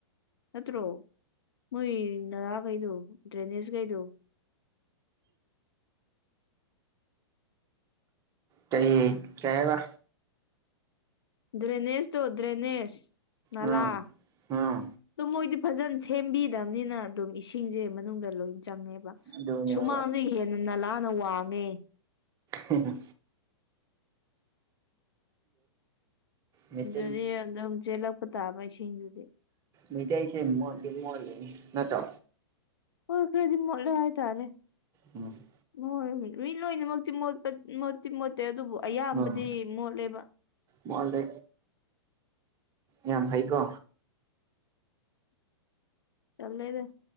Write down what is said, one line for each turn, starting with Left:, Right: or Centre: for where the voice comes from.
Left: ꯅꯠꯇ꯭ꯔꯣ ꯃꯣꯏ ꯅꯥꯂꯥꯈꯩꯗꯣ ꯗ꯭ꯔꯦꯅꯦꯖ ꯒꯩꯗꯣ
Right: ꯀꯩ ꯀꯩ ꯍꯥꯏꯕꯥ
Left: ꯗ꯭ꯔꯦꯅꯦꯁ ꯇꯣ ꯗ꯭ꯔꯦꯅꯦꯁ ꯅꯂꯥ
Right: ꯎꯝ ꯎꯝ
Left: ꯑꯗꯨ ꯃꯣꯏꯗꯤ ꯐꯖꯅ ꯁꯦꯝꯕꯤꯗꯝꯅꯤꯅ ꯑꯗꯨꯝ ꯏꯁꯤꯡꯖꯦ ꯃꯅꯨꯡꯗ ꯂꯣꯏ ꯆꯪꯉꯦꯕ
Right: ꯑꯗꯨꯅꯦꯕ
Left: ꯁꯨꯃꯡꯗꯒꯤ ꯍꯦꯟꯅ ꯅꯂꯥꯅ ꯋꯥꯡꯉꯦ
Right: ꯍꯦꯍꯦ ꯃꯩꯇꯩ
Left: ꯑꯗꯨꯗꯤ ꯑꯗꯨꯝ ꯆꯦꯜꯂꯛꯄ ꯇꯥꯕ ꯏꯁꯤꯡꯗꯨꯗꯤ
Right: ꯃꯩꯗꯥꯩꯁꯦ ꯃꯣꯠꯇꯤ ꯃꯣꯠꯂꯤꯍꯦ ꯅꯠꯇ꯭ꯔ
Left: ꯍꯣꯏ ꯈꯔꯗꯤ ꯃꯣꯠꯂꯦ ꯍꯥꯏꯇꯔꯦ
Right: ꯎꯝ
Left: <unintelligible> ꯃꯤ ꯂꯣꯏꯅꯃꯛꯇꯤ ꯃꯣꯠꯄ ꯃꯣꯠꯇꯤ ꯃꯣꯠꯇꯦ ꯑꯗꯨꯕꯨ ꯑꯌꯥꯝꯕꯗꯤ
Right: ꯎꯝ
Left: ꯃꯣꯠꯂꯦꯕ
Right: ꯃꯣꯠꯂꯦ ꯌꯥꯝ ꯐꯩꯀꯣ
Left: ꯇꯜꯂꯦꯗ